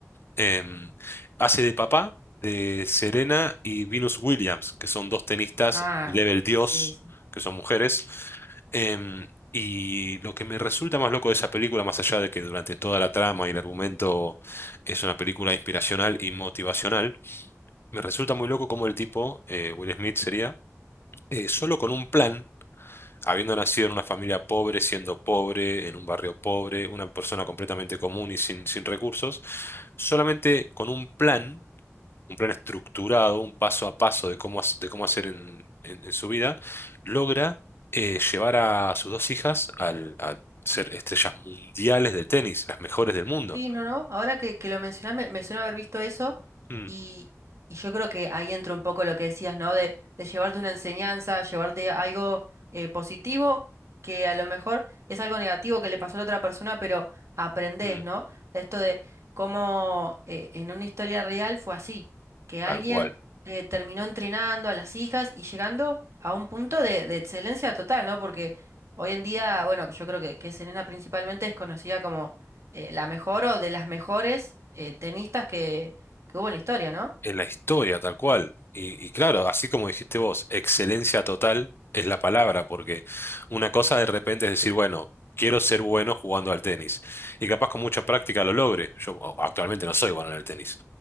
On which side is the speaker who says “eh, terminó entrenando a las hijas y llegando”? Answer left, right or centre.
Right